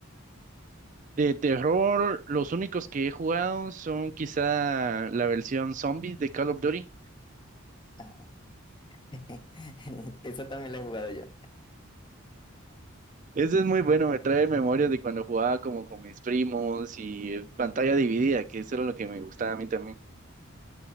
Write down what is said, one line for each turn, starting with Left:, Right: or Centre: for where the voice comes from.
Right: De terror, los únicos que he jugado son quizá la versión zombie de Call of Duty.
Left: Ajá. <laughs> Esa también la he jugado yo.
Right: Ese es muy bueno, me trae memorias de cuando jugaba como con mis primos y eh, pantalla dividida, que eso era lo que me gustaba a mí también.